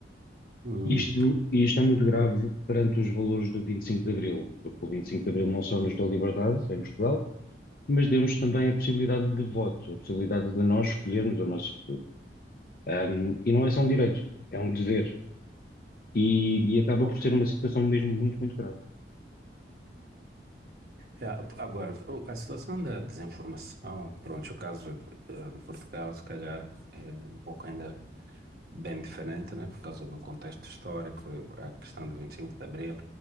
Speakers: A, on the right; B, on the left.
A: Hum.
B: Isto, e isto é muito grave perante os valores do 25 de Abril, porque o 25 de Abril não só nos deu liberdade em Portugal, mas deu-nos também a possibilidade de voto, a possibilidade de nós escolhermos o nosso futuro. Um, e não é só um direito, é um dever. E, e acaba
A: ok.
B: por ser uma situação mesmo muito, muito grave.
A: É, agora, o- a situação da desinformação, pronto, o caso de, eh, de Portugal, se calhar, é um pouco ainda bem diferente, né? Por causa do contexto histórico, a questão do 25 de Abril.